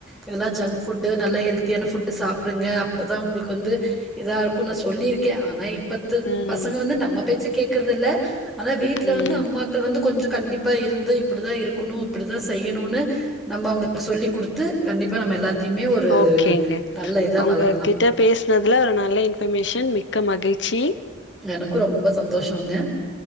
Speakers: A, in the centre; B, on the left (about 60°).
A: யிதெல்லா ஜங்க் புட்டு நல்ல ஹெல் ஹெல்த்தியான ஃபுட்டு சாப்பிடுங்க அப்போ தான் உங்களுக்கு வந்து யிதாருக்கும்னு நான் சொல்லியிருக்கேன் ஆனா பத்து
B: ம்
A: பசங்க வந்து நம்ம பேச்சு கேக்கறதில்ல ஆனா வீட்ல
B: ம்
A: வந்து அம்மாக்கள் வந்து கொஞ்சம் கண்டிப்ப யிப்பயிருந்து இப்படிதான் இருக்கணும் யிப்படிதான் செய்யணும்னு நம்ம அவங்களுக்கு சொல்லிக்குடுத்து கண்டிப்பா நம்ம எல்லாத்தை தியுமே ஒரு
B: ஓகேங்க
A: நல்ல இதா
B: உங்ககிட்ட
A: வளக்கலாம்
B: பேசினதுல ஒரு நல்ல யின்பர்மேஷன் மிக்க மகிழ் ச்சி
A: எனக்கும் ரொம்ப சந்தோஷங்க